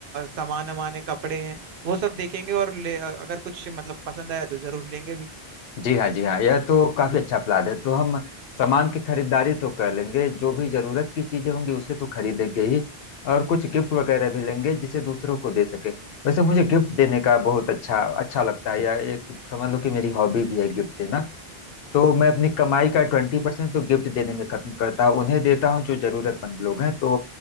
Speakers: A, on the right; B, on the left.
A: सामान वामान है कपड़े हैं वो सब देखेंगे और ले अगर कुछ मतलब पसंद आया तो जरूर लेंगे भी
B: जी हाँ जी हाँ यह तो काफी अच्छा प्लान है तो हम सामान की खरीदारी तो कर लेंगे जो भी जरूरत की चीजें होंगी उसे तो खरीदेंगे ही और कुछ गिफ्ट वगैरह भी लेंगे जिसे दूसरों को दे सके वैसे मुझे गिफ्ट देने का बहुत अच्छा अच्छा लगता है यह एक समझ लो कि मेरी हॉबी भी है गिफ्ट देना तो मैं अपनी कमाई का ट्वेंटी परसेंट तो गिफ्ट देने में खत्म करता हूँ उन्हें देता हूँ जो जरूरतमंद लोग हैं तो